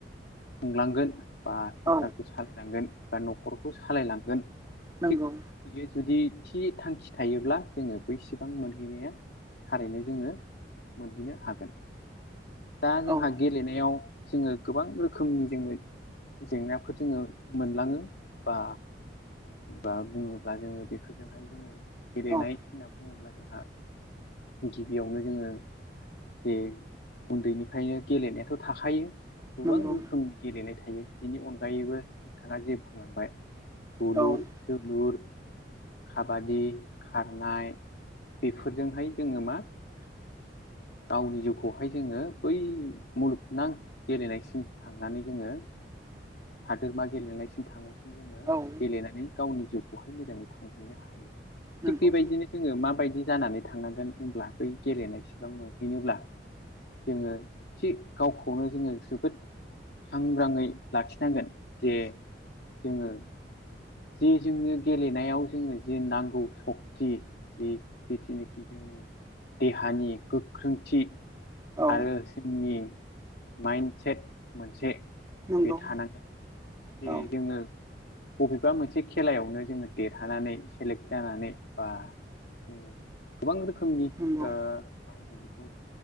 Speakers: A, on the left; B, on the right.
A: खुंलांगोन बा संसारखौ
B: औ
A: सालायलांगोन बा न'खरखौ सालायलांगोन
B: नंगौ
A: थिग बियो जुदि थि थांखि थायोब्ला जोङो बैसेबां मोनहैनाया थारैनो जोङो मोनहैनो हागोन दा
B: औ
A: जोंहा गेलेनायाव जोङो गोबां रोखोमनि जोङो जेंनाफोर जोङो मोनलाङो बा बा बुङोब्ला जोङो बेफोरजोंहाय जोङो गेलेनाय
B: औ
A: होनना बुङोब्ला जोंहा गिबियावनो जोङो जे उन्दैनिफ्रायनो गेलेनायाथ' थाखायो गोबां
B: नंगौ
A: रोखोमनि गेलेनाय थायो बेनि अनगायैबो नोंथाङा जे बुंलांबाय बुलुर
B: औ
A: जोलुर खाबादि खारनाय बेफोरजोंहाय जोङो मा गावनि जिउखौहाय जोङो बै मुलुगनां गेलेनायसिम थांनानै जोङो हादोरमा गेलेनायसिम थांनायसिम जोङो
B: औ
A: गेलेनानै गावनि जिउखौहाय मोजाङै खुंहैनो हायो।
B: नंगौ
A: थिग बेबायदिनो जोङो माबायदि जानानै थांनांगोन होनब्ला बै गेलेनायसिबां मोनहैनोब्ला जोङो थि गावखौनो जोङो जोबोद सांग्राङै लाखि नांगोन जे जोङो जे जोंनो गेलेनायाव जोंङो जे नांगौ सकति जि <unintelligible> देहानि गोख्रोंथि
B: औ
A: आरो जोंनि माइन्डसेट मोनसे
B: नंगौ
A: बे थानांगोन जे
B: औ
A: जोङो एबा मोनसे खेलायावनो जोङो देरहानानै सेलेक्ट जानानै बा जोङो गोबां रोखोमनि ओ
B: नंगौ
A: मा होनगोन बेखौ